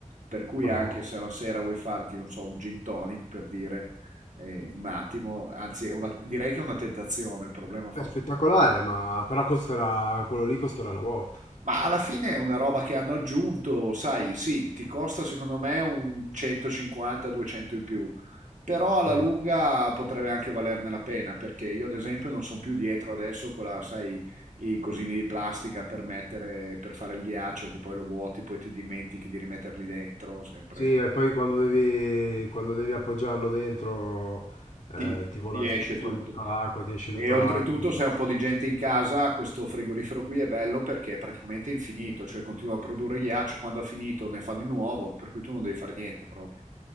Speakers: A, on the right; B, on the left.
A: Per cui
B: Madonna.
A: anche se alla sera vuoi farti, non so, un gin tonic per dire eh, un attimo, anzi è una- direi che è una tentazione, il problema forse
B: È spettacolare, ma però costerà, quello lì costerà una botta.
A: ma alla fine è una roba che hanno aggiunto, sai, sì, ti costa secondo me un 150-200 in più, però alla
B: Sì,
A: lunga potrebbe anche valerne la pena, perché io ad esempio non sono più dietro adesso con la, sai, i cosini di plastica per mettere, per fare il ghiaccio, che poi lo vuoti, poi ti dimentichi di rimetterli dentro, sempre
B: Sì, e poi quando devi, quando devi appoggiarlo dentro, eh,
A: ti,
B: ti vola
A: ti esce
B: fuori
A: tutto.
B: tutta l'acqua, ti esce tutta
A: E oltretutto,
B: l'acqua.
A: se hai un po' di gente in casa, questo frigorifero qui è bello perché è praticamente infinito, cioè continua a produrre ghiaccio, quando ha finito ne fa di nuovo, per cui tu non devi fare niente proprio.